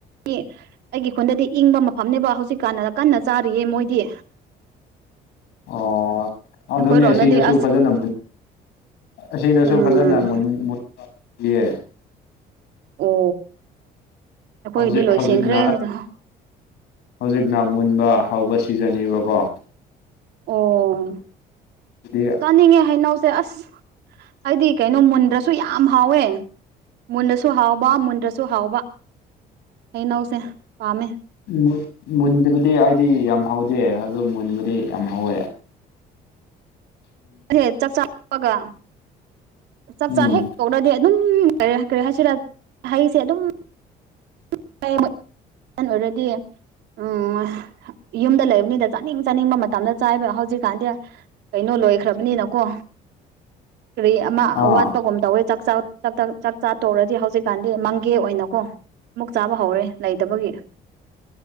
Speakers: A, on the right; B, on the left.
A: ꯑꯦ ꯑꯩꯒꯤ ꯈꯨꯣꯟꯗꯗꯤ ꯏꯪꯕ ꯃꯐꯝꯅꯦꯕ ꯍꯧꯖꯤꯛꯀꯥꯟ ꯀꯟꯅ ꯆꯥꯔꯤꯌꯦ ꯃꯣꯏꯗꯤ
B: ꯑꯣ
A: ꯑꯩꯈꯣꯏꯔꯣꯝꯗꯗꯤ
B: ꯑꯗꯨꯅꯦ ꯁꯤꯗꯁꯨ
A: ꯑꯁ
B: ꯐꯖꯅ ꯑꯁꯤꯗꯁꯨ
A: ꯎꯝ
B: ꯐꯖꯅ ꯃꯨꯟ <unintelligible>
A: ꯑꯣ ꯑꯩꯈꯣꯏꯒꯤꯗꯤ
B: ꯍꯧꯖꯤꯛ
A: ꯂꯣꯏꯁꯤꯟꯈ꯭ꯔꯦ
B: ꯍꯧꯖꯤꯛꯅ
A: ꯑꯣꯖꯥꯎ
B: ꯍꯧꯖꯤꯛꯅ ꯃꯨꯟꯕ ꯍꯧꯕ ꯁꯤꯖꯟꯅꯤꯕꯀꯣ꯫
A: ꯑꯣ
B: ꯍꯥꯏꯗꯤ
A: ꯆꯥꯅꯤꯡꯉꯦ ꯍꯩꯅꯧꯁꯦ ꯑꯁ ꯍꯥꯏꯗꯤ ꯀꯩꯅꯣ ꯃꯨꯟꯗ꯭ꯔꯁꯨ ꯌꯥꯝ ꯍꯥꯎꯋꯦ ꯃꯨꯟꯗꯁꯨ ꯍꯥꯎꯕ ꯃꯨꯟꯗ꯭ꯔꯁꯨ ꯍꯥꯎꯕ ꯍꯩꯅꯧꯁꯦ ꯄꯥꯝꯃꯦ
B: ꯃꯨꯟ ꯃꯨꯟꯗ꯭ꯔꯗꯤ ꯑꯩꯗꯤ ꯌꯥꯝ ꯍꯥꯎꯗꯦ ꯑꯗꯨ ꯃꯨꯟꯕꯨꯗꯤ ꯌꯥꯝ ꯍꯥꯎꯋꯦ꯫
A: <unintelligible> ꯆꯥꯛꯆꯥ ꯇꯣꯛꯄꯒ ꯆꯥꯛꯆꯥ
B: ꯎꯝ
A: ꯍꯦꯛ ꯀꯣꯛꯅꯗꯤ ꯑꯗꯨꯝ ꯀꯔꯤꯍꯥꯏꯁꯤꯔ ꯍꯩꯁꯦ ꯑꯗꯨꯝ <unintelligible> ꯑꯍꯟ ꯑꯣꯏꯔꯗꯤ ꯎꯝ ꯌꯨꯝꯗ ꯂꯩꯕꯅꯤꯗ ꯆꯥꯅꯤꯡ ꯆꯥꯅꯤꯡꯕ ꯃꯇꯝꯗ ꯆꯥꯏꯕ ꯍꯧꯖꯤꯛꯀꯥꯟꯗꯤ ꯀꯩꯅꯣ ꯂꯣꯏ ꯈ꯭ꯔꯕꯅꯤꯅꯀꯣ ꯀꯔꯤ ꯑꯃ
B: ꯑꯥ
A: ꯋꯥꯠꯄꯒꯨꯝ ꯇꯧꯋꯦ ꯆꯥꯛ ꯆꯥ ꯆꯥꯛ ꯇꯪ ꯆꯥꯛ ꯆꯥ ꯇꯧꯔꯗꯤ꯫ ꯆꯥꯛꯇ ꯆꯥꯛꯆꯥ ꯇꯣꯛꯔꯗꯤ ꯍꯧꯖꯤꯛꯀꯥꯟꯗꯤ ꯃꯪꯒꯦ ꯑꯣꯏꯅꯀꯣ ꯑꯃꯨꯛ ꯆꯥꯕ ꯍꯧꯔꯦ ꯂꯩꯇꯕꯒꯤ꯫